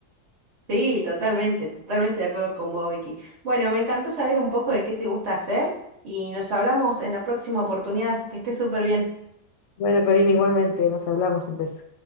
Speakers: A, on the right; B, on the left.
A: Sí, totalmente, totalmente de acuerdo con vos, Vicky. Bueno, me encantó saber un poco de qué te gusta hacer y nos hablamos en la próxima oportunidad. Que estés súper bien.
B: Bueno, Corina, igualmente, nos hablamos, un beso.